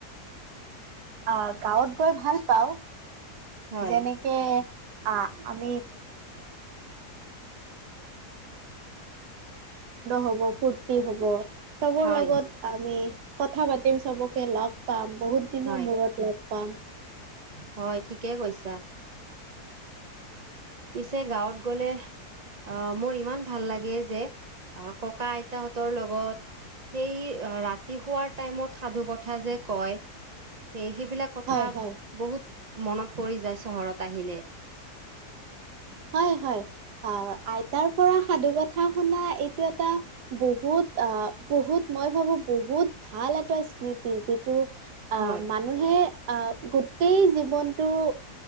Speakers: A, on the right (about 80°); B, on the right (about 45°).
A: আহ গাঁৱত গৈ ভাল পাও
B: হয়
A: যেনেকে। অ আমি। হব ফূুৰ্তি হ'ব চবৰ
B: হয়
A: লগত আমি। কথা পাতিম চবকে লগ পাম বহুত দিনৰ
B: হয়
A: মূৰত লগ পাম।
B: হয় ঠিকেই কৈছা। পিছে গাঁৱত গলে। অ মোৰ ইমান ভাল লাগে যে ককা আইটা হতৰ লগত <unintelligible> সেই ৰাতি শোৱাৰ টাইমত সাধু কথা যে কয়। স সেইবিলাক কথা
A: হয় হয়
B: বহুত মনত পৰি যায় চহৰত আহিলে।
A: হয় হয় আইতাৰ। পৰা সাধু কথা শুনা এইটো এটা, বহুত আ বহুত মই ভাবো বহুত। ভাল এটা স্মৃতি, যিটো আহ
B: হয়
A: মানুহে। গোটেই জীৱনটো,